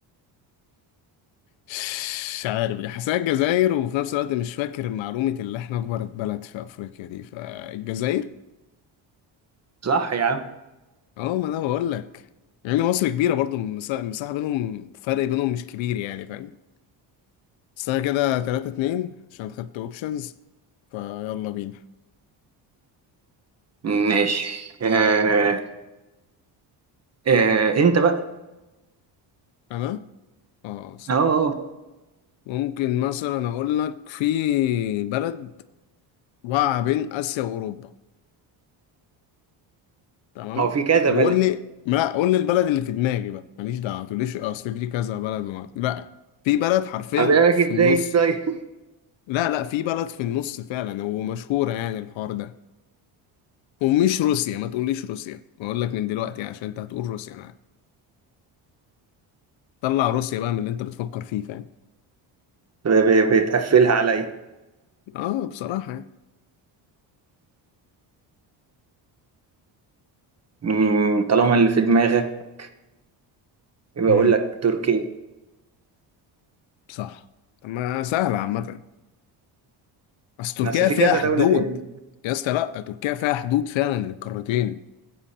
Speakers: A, on the left (about 70°); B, on the right (about 30°).
A: مش عارف حاسسها الجزائر وفي نفس الوقت مش فاكر معلومة اللي احنا أكبر بلد في أفريقيا دي فالجزائر
B: صح يا عم
A: اه ما أنا بقول لك يعني مصر كبيرة برضو المسا- المساحة بينهم فرق بينهم مش كبير يعني فاهم بس أنا كده تلاتة اتنين عشان خدت أوبشنز فيلا بينا
B: ماشي آه آه انت بقى
A: أنا اه سوري
B: اه اه
A: ممكن مثلا أقول لك في بلد واقعة بين آسيا وأوروبا تمام
B: هو في كذا
A: وقول
B: بلد
A: لي لا قول لي البلد اللي في دماغي بقى ماليش دعوه ما تقوليش اصل في كذا بلد وما. لا في بلد حرفيا
B: أقول لك
A: في
B: ازاي
A: النص
B: ازاي <laughs>
A: لا لا في بلد في النص فعلا ومشهوره يعني الحوار ده ومش روسيا ما تقوليش روسيا بقول لك من دلوقتي عشان انت هتقول روسيا انا عارف. طلع روسيا بقى من اللي انت بتفكر فيه فاهم
B: ب- ب- بتقفلها <laughs> عليا
A: اه بصراحه يعني
B: مم، طالما اللي في دماغك يبقى
A: امم
B: اقول لك تركيا
A: صح طب ما سهله عامه بس تركيا
B: بس في
A: فيها
B: كذا
A: حدود
B: دولة تاني
A: يا اسطى لا تركيا فيها حدود فعلا للقارتين